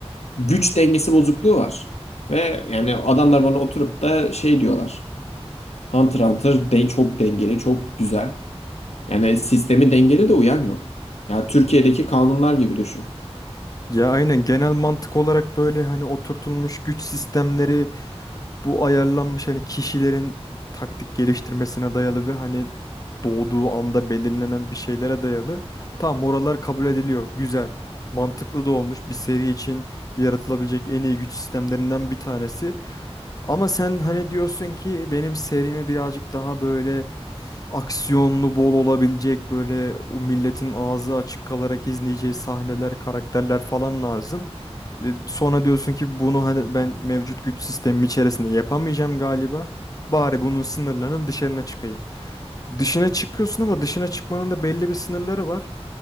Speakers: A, on the left; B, on the left.
A: güç dengesi bozukluğu var. Ve yani adamlar bana oturup da şey diyorlar. Hunter x Hunter de çok dengeli, çok güzel. Yani sistemi dengeli de uyan yok. Ya Türkiye'deki kanunlar gibi düşün.
B: Ya aynen genel mantık olarak böyle hani oturtulmuş güç sistemleri bu ayarlanmış hani kişilerin taktik geliştirmesine dayalı ve hani doğduğu anda belirlenen bir şeylere dayalı. Tamam oralar kabul ediliyor. Güzel. Mantıklı da olmuş bir seri için yaratılabilecek en iyi güç sistemlerinden bir tanesi. Ama sen hani diyorsun ki benim serimi birazcık daha böyle aksiyonlu bol olabilecek böyle o milletin ağzı açık kalarak izleyeceği sahneler, karakterler falan lazım. E, Sonra diyorsun ki bunu hani ben mevcut güç sistemim içerisinde yapamayacağım galiba. Bari bunun sınırlarının dışarına çıkayım. Dışına çıkıyorsun ama dışına çıkmanın da belli bir sınırları var.